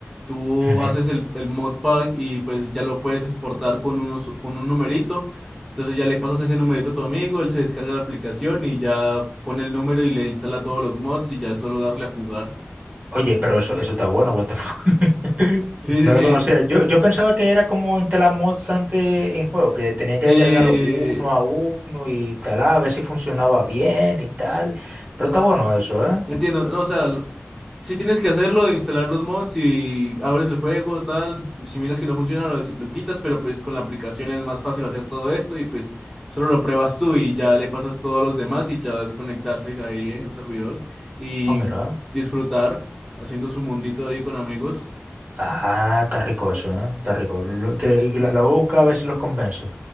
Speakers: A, in the centre; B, on the right (about 45°).
A: Tú
B: ¿eh?
A: haces el, el modpack y pues ya lo puedes exportar con, unos, con un numerito. Entonces ya le pasas ese numerito a tu amigo, él se descarga la aplicación y ya pone el número y le instala todos los mods y ya es solo darle a jugar.
B: Oye, pero eso, eso está bueno, what the fuck. <laughs>
A: Sí,
B: No
A: sí, sí.
B: lo conocía. Yo, yo pensaba que era como instalar mods antes en juego, que tenía
A: Sí,
B: que descargarlo uno a uno y tal, a ver si funcionaba bien y tal. Pero está bueno eso, ¿eh?
A: Entiendo, no, o sea, lo- si tienes que hacerlo, de instalar los mods y abres el juego, tal, si miras que no funciona, lo, des- lo quitas, pero pues con la aplicación es más fácil hacer todo esto y pues solo lo pruebas tú y ya le pasas todo a los demás y ya es conectarse ahí en un servidor y
B: Ah, mira.
A: disfrutar haciendo su mundito ahí con amigos.
B: Ah, está rico eso, ¿eh? Está rico. Lo que, y la, la voy a buscar a ver si los convenzo.